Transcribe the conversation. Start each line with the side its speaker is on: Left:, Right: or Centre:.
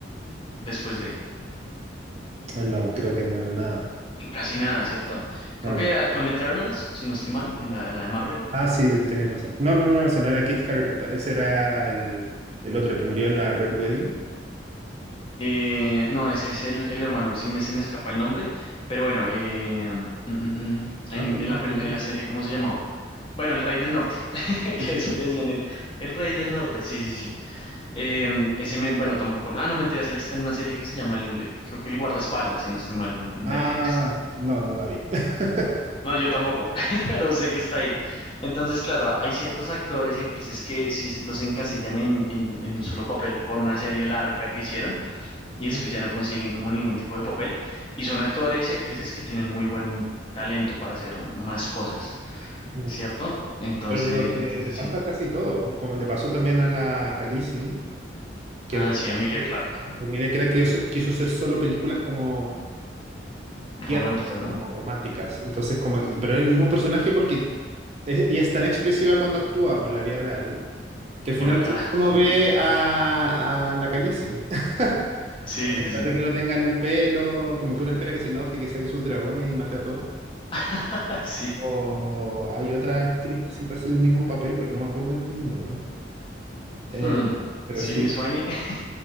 Left: Después de
Right: Ah, No, creo que no, nada.
Left: casi nada, ¿cierto? Creo
Right: Ah,
Left: que actúa en Eternals, si no estoy mal, en la, en la de Marvel.
Right: ah, sí, tenéis razón. No, no, no, ese no era Kit Harington, ese era el, el otro el que murió en la Red Wedding.
Left: Eh, no, ese es el, el hermano, sí me, se me escapa el nombre, pero bueno, eh, mm, mm, mm, en,
Right: No, creo
Left: en
Right: que
Left: la,
Right: no está
Left: pel-
Right: en
Left: en
Right: nada.
Left: la serie, ¿cómo se llamaba? Bueno, el Rey del Norte, <laughs>
Right: Sí,
Left: que
Right: sí,
Left: eso
Right: sí,
Left: le
Right: sí.
Left: decían él, el Rey del Norte, sí, sí, sí. Eh, ese, men, bueno, tampoco, ah, no, mentiras, él está en una serie que se llama, el, el- creo que el Guardaespaldas, si no estoy mal, en, en Netflix.
Right: Ah, no, no la vi. <laughs>
Left: No, yo tampoco, <laughs> pero sé que está ahí. Entonces, claro, hay ciertos actores y actrices que sí los encasillan en, en en un solo papel por una serie larga que hicieron y después
Right: Mm,
Left: ya no consiguen como ningún tipo de papel. Y son actores y actrices que tienen muy buen talento para hacer más cosas,
Right: mm.
Left: ¿cierto? Entonces,
Right: Pero lo que
Left: entonces
Right: le pasa
Left: sí.
Right: a casi todo, como le pasó también a la Khaleesi, que
Left: Ah,
Right: después
Left: sí, Emilia Clarke,
Right: mira que era que quiso, quiso hacer solo películas como
Left: romántica,
Right: tiernas,
Left: ¿no?
Right: como románticas. Entonces, como, y, pero es el mismo personaje porque es- ella es tan expresiva cuando actúa o en la vida real Que al
Left: Por
Right: final
Left: la cara.
Right: siempre uno ve
Left: <laughs>
Right: a, a la Khaleesi. <laughs>
Left: Sí,
Right: Como a
Left: sí,
Right: pesar
Left: sí.
Right: de que no tenga el pelo, como que uno espera que se enoje, que saque sus dragones y mate a todos.
Left: <laughs> Sí.
Right: O hay otra actriz que siempre hace el mismo papel, pero no me acuerdo en este minuto. Eh,
Left: Hmm.
Right: Eh, pero
Left: Sydney
Right: sí,
Left: Sweeney. <laughs>